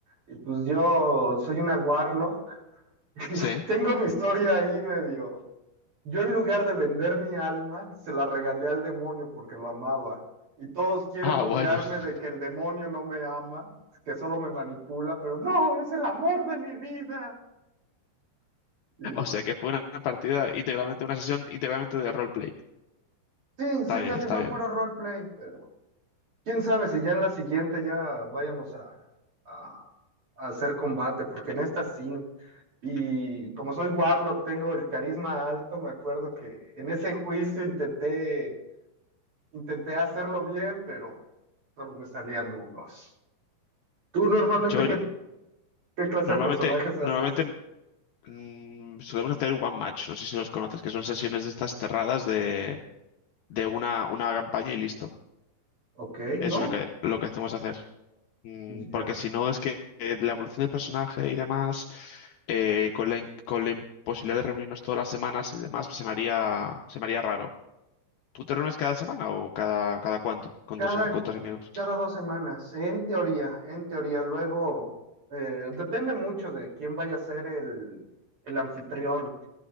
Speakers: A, on the right; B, on the left.
A: Y pues yo soy una warlock. <laughs> y
B: Sí.
A: Tengo mi historia ahí medio. Yo en lugar de vender mi alma, se la regalé al demonio porque lo amaba. Y todos quieren
B: Ah,
A: obviarme
B: bueno. <laughs>
A: de que el demonio no me ama, que solo me manipula, pero no, es el amor de mi vida. Y
B: O sea que fue una partida íntegramente, una sesión íntegramente de roleplay.
A: sí,
B: Está
A: sí,
B: bien,
A: casi
B: está
A: fue
B: bien.
A: puro roleplay, pero... Quién sabe si ya en la siguiente ya vayamos a, a- a hacer combate, porque en esta sí. Y como soy Warlock, tengo el carisma alto, me acuerdo que en ese juicio intenté, intenté hacerlo bien, pero solo me salían unos. ¿Tú normalmente
B: Yo el-
A: qué, qué clase
B: normalmente,
A: de personajes haces?
B: normalmente mm, solemos hacer one match, no sé si los conoces, que son sesiones de estas cerradas de, de una, una campaña y listo.
A: Ok,
B: Eso
A: ¿no?
B: es lo que, lo que hacemos hacer. Mm,
A: Ya.
B: Porque si no, es que eh, la evolución del personaje y demás, eh, con la, in- con la imposibilidad de reunirnos todas las semanas y demás, se me haría, se me haría raro. ¿Tú te reúnes cada semana o cada, cada cuánto con
A: Cada,
B: tus, con tus amigos?
A: cada dos semanas, en teoría, en teoría. Luego, eh, depende mucho de quién vaya a ser el, el anfitrión,